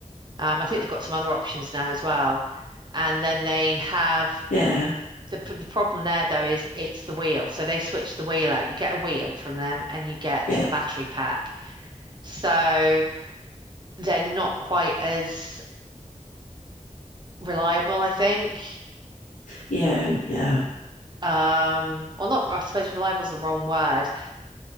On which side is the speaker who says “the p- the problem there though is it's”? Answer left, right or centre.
Right